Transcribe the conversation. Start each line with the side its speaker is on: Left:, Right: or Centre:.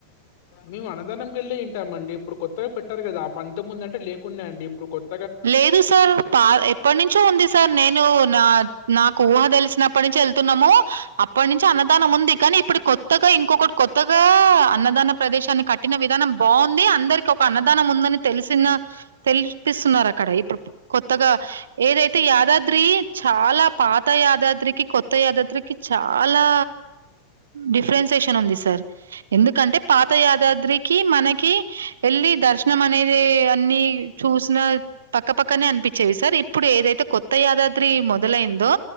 Left: మేము అన్నదానంకి వెళ్ళి ఇంటమ్ అండి కొత్తగా పెట్టారు గదా అప్ అంతముందు అంటే లేకుండే అండి ఇప్పుడు కొట్
Right: లేదు సార్ పా ఎప్పటి నుంచో ఉంది సార్ నేను నా నాకు ఊహ తెలిసినప్పటి నుంచి వెళ్తున్నాము అప్పటి నుంచి అన్నదానం ఉంది కానీ ఇప్పుడు కొత్తగా ఇంకొకటి కొత్తగా క అన్నదాన ప్రదేశాన్ని పట్టిన విధానం బాగుంది అందరికి ఒక అన్నదానం ఉందని తెలిసిన తెలుసు ఇప్పిస్తున్నారు అక్కడ ఇప్పుడు కొత్తగా ఏదైతే యాదాద్రి చాలా పాత యాదాద్రికి కొత్త యాదాద్ కి చాలా డిఫరెన్సేషన్ ఉంది సార్ ఎందుకంటే పాత యాదాద్రికి మనకి వెళ్ళి దర్శనం అనేది అన్ని చూసినర్ పక్కపక్కనే అనిపించేవి సార్ ఇప్పుడు ఏదైతే కొత్త యాదాద్రి మొదలైందో